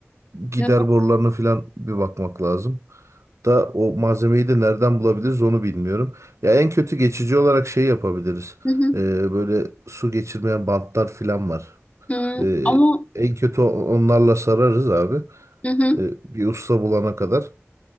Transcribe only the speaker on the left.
Evet,
hı hı,
hı.
Ama
hı hı.